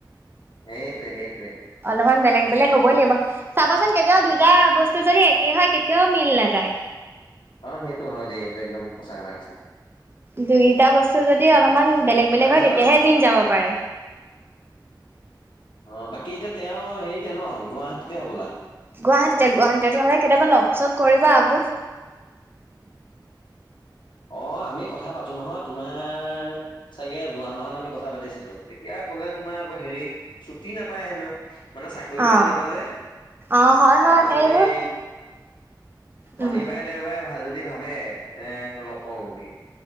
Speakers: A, on the left; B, on the right.
A: সেইটোৱে সেইটোৱে।
B: অলপমান বেলেগ বেলেগ হ'বই লাগিব। চাবাচোন কেতিয়াবা দুয়োটা
A: অ'
B: বস্তু যদি এক কি হয় কেতিয়াও মিল নাযায়।
A: অ সেইটো হয় দেই এইটো একদম সঁচা কথা কৈছা।
B: দুয়োটা বস্তু যদি
A: উম।
B: অলপমান বেলেগ বেলেগ
A: তাৰপিছত
B: হয় তেতিয়াহে দিন যাব পাৰে।
A: অ বাকী এতিয়া তেওঁ হেৰীতে ন গুৱাহাটীতে হ'বলা।
B: গুৱাহাটীতে-গুৱাহাটীতে তোমালোকে কেতিয়াবা লগ চক কৰিবা আক।
A: অ', আমি কথা পাতো নহয়, তোমাৰ চাগে যোৱা মাহত আমি কথা পাতিছিলোঁ। এতিয়া কলে তোমাৰ আকৌ হেৰি, ছুটি নাপায় হেনো। মানে চাকৰিতে
B: অ
A: তেনেকুৱা যে,
B: অ হয়
A: তাৰপিছত
B: হয় সেইবোৰ
A: এই শনিবাৰে
B: উম
A: দেওবাৰে অহা যদি ভাবে, এ কওঁ বুলি,